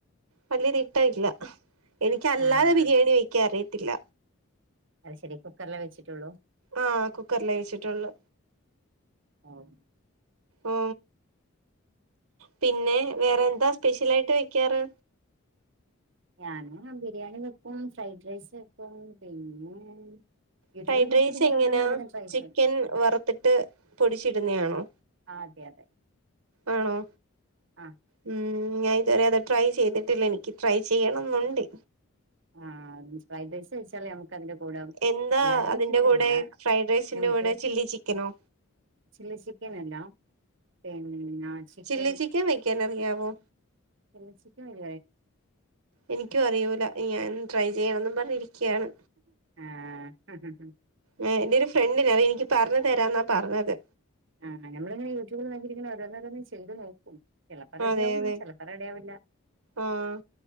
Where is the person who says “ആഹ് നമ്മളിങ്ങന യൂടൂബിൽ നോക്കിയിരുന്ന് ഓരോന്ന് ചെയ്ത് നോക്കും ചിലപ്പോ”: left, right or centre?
Right